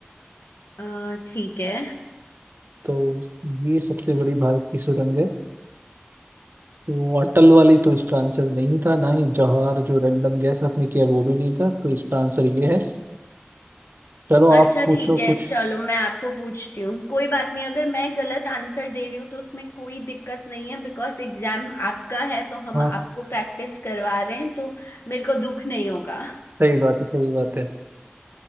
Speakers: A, on the left; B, on the right.
A: अ, ठीक है
B: तो ये सबसे बड़ी भारत की सुरंग है तो अटल वाली तो इसका आंसर नहीं था ना ही जवाहर जो रैंडम गैस आपने किया वो भी नहीं था तो इसका आंसर ये है चलो
A: अच्छा
B: आप पूछो
A: ठीक है
B: कुछ
A: चलो मैं आपको पूछती हूँ कोई बात नहीं अगर मैं गलत आंसर दे रही हूँ तो उसमें कोई दिक्कत नहीं है बिकॉज एग्जाम आपका है तो हम
B: हाँ
A: आपको प्रैक्टिस करवा रहे हैं तो मेरे को दुख नहीं होगा
B: सही बात है सही बात है